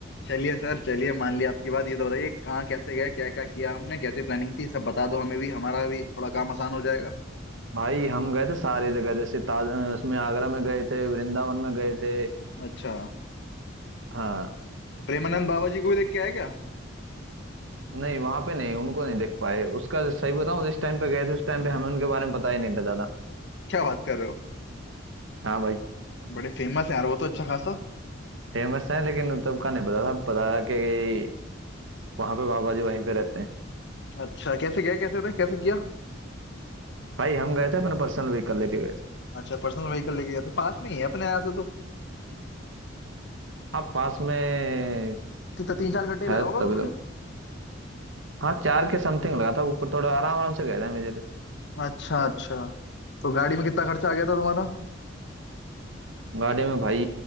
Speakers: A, on the left; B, on the right.
A: चलिए सर चलिए मान लिया आपकी बात ये तो बताइए कहाँ कैसे गए क्या क्या किया हमने कैसे प्लानिंग थी सब बता दो हमें भी हमारा भी थोड़ा काम आसान हो जाएगा
B: भाई हम गए थे सारी जगह जैसे ताज अ, उसमें आगरा में गए थे वृंदावन में गए थे
A: अच्छा
B: हाँ
A: प्रेमानंद बाबा जी को भी देख के आए क्या
B: नहीं वहां पे नहीं उनको नहीं देख पाए उसका सही बताऊं जिस टाइम पे गए थे उस टाइम पे हमें उनके बारे में पता ही नहीं था ज्यादा
A: क्या बात कर रहे हो
B: हाँ भाई
A: बड़े फेमस हैं यार वो तो अच्छा खासा
B: फेमस है लेकिन तब का नहीं पता था पता था कि वहां पे बाबा जी वहीं पे रहते हैं
A: अच्छा कैसे गए कैसे रहे कैसे किया
B: भाई हम गए थे अपने पर्सनल व्हीकल लेके गए थे
A: अच्छा पर्सनल व्हीकल लेके गए थे पास में ही है अपने यहाँ से तो
B: हाँ पास में
A: कितना तीन चार घंटे ही
B: है
A: लगा होगा
B: तभी
A: तुम्हें
B: तो हाँ चार के समथिंग लगा था ऊपर थोड़ा आराम आराम से गए थे मेरे लिए
A: अच्छा अच्छा तो गाड़ी में कितना खर्चा आ गया था तुम्हारा
B: गाड़ी में भाई